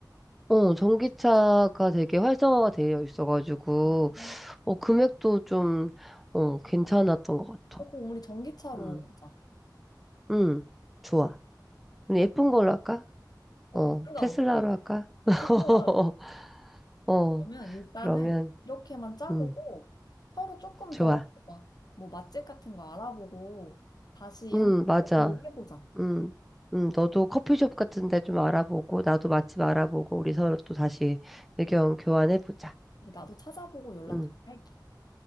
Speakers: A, in the centre; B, on the left (about 60°).
A: 어, 전기차가
B: 혼자?
A: 되게 활성화가 되어 있어가지고.
B: 아, 어,
A: 어, 금액도 좀, 어, 괜찮았던 것 같아.
B: 그럼 우리 전기차로
A: 음,
B: 하자.
A: 음, 좋아. 우리
B: 그면
A: 예쁜 걸로 할까?
B: 어,
A: 어,
B: 상관없어.
A: 테슬라로
B: 난.
A: 할까? <laughs>
B: 어, 테슬라
A: 어,
B: 그러면 일단은
A: 그러면,
B: 이렇게만 짜보고
A: 음,
B: 서로 조금
A: 좋아.
B: 더 막 뭐 맛집 같은 거 알아보고 다시
A: 음,
B: 한번
A: 맞아.
B: 공유를 해보자.
A: 음, 음, 너도 커피숍 같은 데 좀 알아보고, 나도 맛집 알아보고, 우리 서로 또 다시 의견 교환해보자.
B: 그래, 나도 찾아보고 연락
A: 음,
B: 다시 할게.